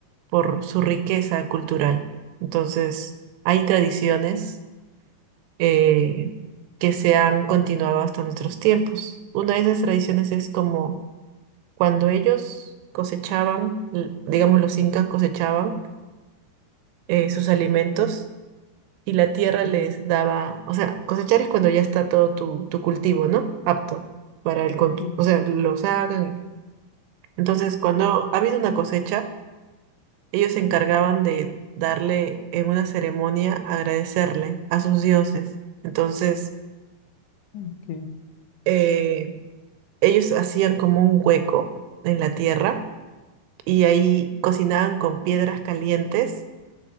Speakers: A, on the right; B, on the left.
A: por su riqueza cultural. Entonces, hay tradiciones eh, que se han continuado hasta nuestros tiempos. Una de esas tradiciones es como cuando ellos cosechaban, l- digamos los incas cosechaban eh, sus alimentos y la tierra les
B: Mm,
A: daba, o sea, cosechar es cuando ya está todo tu, tu cultivo, ¿no? Apto para el, con-
B: ujú,
A: o sea, lo sacan. Entonces, cuando ha habido una cosecha, Ellos se encargaban de darle en una ceremonia, agradecerle a sus dioses. Entonces,
B: ok.
A: eh, ellos hacían como un hueco en la tierra y ahí cocinaban con piedras calientes.